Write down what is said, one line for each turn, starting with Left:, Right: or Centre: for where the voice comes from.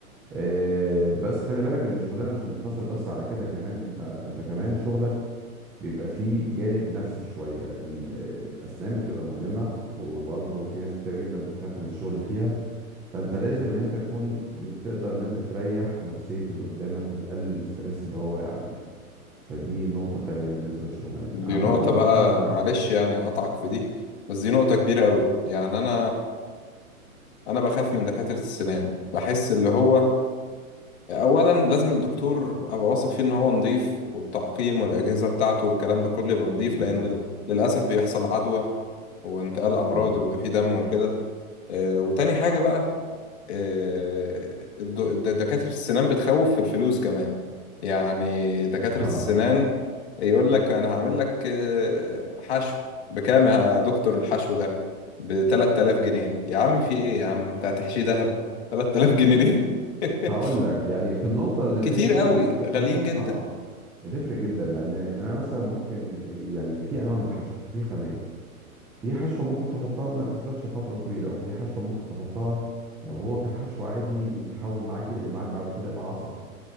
Centre: آه، بس خلي بالك ان شغلنا مش مقتصر بس على كده كمان انت انت كمان شغلك بيبقى فيه جانب نفسي شوية ال- الاسنان بتبقى مؤلمة وبرضه في ناس كتيرة جدا بتخاف من الشغل فيها فانت لازم ان انت تكون بتقدر ان انت تريح نفسية اللي قدامك وتقلل الستريس اللي هو واقع عليه فدي نقطة تانية بالنسبة لشغلنا
Left: دي
Centre: عامة
Left: نقطة بقى
Centre: انا
Left: معلش يعني أقطعك في دي بس دي نقطة كبيرة قوي يعني أنا أنا بخاف من دكاترة السنان بحس اللي هو اولا لازم الدكتور ابقى واثق فيه ان هو نظيف والتعقيم والاجهزه بتاعته والكلام ده كله يبقى نظيف
Centre: بالظبط
Left: لان ال- للاسف بيحصل عدوى وانتقال امراض
Centre: مم.
Left: ويبقى فيه دم وكده آه، وتاني حاجه بقى آه، الد- الد- دكاتره السنان بتخوف في الفلوس كمان يعني دكاتره
Centre: اه
Left: السنان يقول لك انا هعمل لك آه، حشو بكام يا دكتور الحشو ده ب 3000 جنيه يا عم في ايه يا عم انت هتحشيه دهب 3000 جنيه ليه <laughs>
Centre: هقول لك يعني في النقطة اللي
Left: كتير
Centre: زي دي
Left: قوي
Centre: انت مثلا
Left: غاليين جدا
Centre: اه بتفرق جدا لان انا مثلا ممكن يعني في انواع من الحشو وفي خامات في حشوة ممكن تحطها ما تثبتش فترة طويلة وفي حشوة ممكن تحطها لو هو كان حشو عادي يتحول معاك يقلب معاك بعد كده يبقى عصب